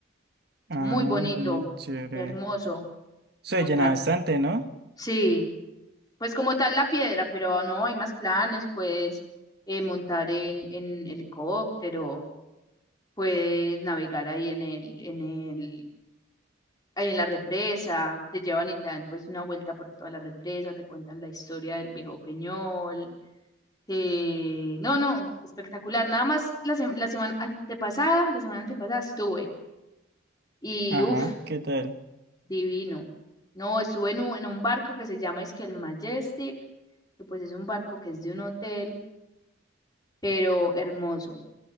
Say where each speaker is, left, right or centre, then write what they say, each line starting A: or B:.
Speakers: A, on the right; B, on the left.
A: Ah,
B: Muy bonito,
A: ve, chévere.
B: hermoso
A: Se
B: montar.
A: llena bastante, ¿no?
B: Sí, pues como tal la piedra, pero no hay más planes, puedes eh, montar en, en helicóptero, puedes navegar ahí en el, en el, ahí en la represa, te llevan y te dan pues una vuelta por toda la represa, te cuentan la historia del viejo Peñol. te- No, no, espectacular. Nada más la, sem- la semana antepasada, la semana antepasada estuve y
A: Ajá,
B: uff.
A: ¿qué tal?
B: Divino. No, estuve en un, en un barco que se llama es que el Majestic, que pues es un barco que es de un hotel, pero hermoso,